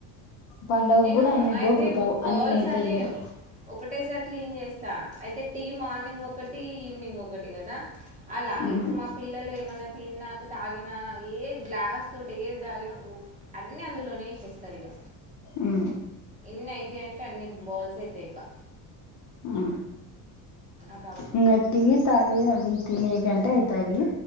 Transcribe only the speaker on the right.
నేను
అయితే
బౌల్స్
అన్ని
ఒకటేసారి క్లీన్ చేస్తా అయితే టీ మార్నింగ్ ఒకటి ఈవినింగ్ ఒకటి కదా అలా
ఇప్పుడు మా పిల్లలు ఏమన్నా తిన్నాక తాగిన ఏ గ్లాస్ తోటి ఏది తాగిన అన్నీ అందులోనే ఎసేస్తారిగా.
ఎన్ని అయితయి అంటే అన్ని బౌల్స్ అయితయి ఇకా.
జాద